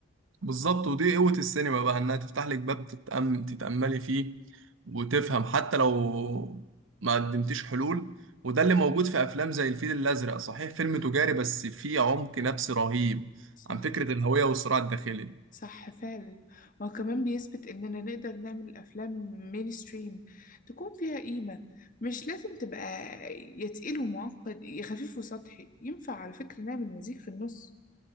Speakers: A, on the right; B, on the left.
A: بالظبط ودي قوة السينما بقى انها تفتح لك باب تتأم... تتأملي فيه وتفهم حتى لو ما قدمتيش حلول وده اللي موجود في افلام زي الفيل الازرق صحيح فيلم تجاري بس فيه عمق نفسي رهيب
B: صح
A: عن فكرة الهوية والصراع الداخلي
B: صح فعلا وهو كمان بيثبت إننا نقدر نعمل أفلام مينستريم تكون فيها قيمة مش لازم تبقى يا تقيل ومعقد يا خفيف وسطحي ينفع على فكرة نعمل مزيج في النص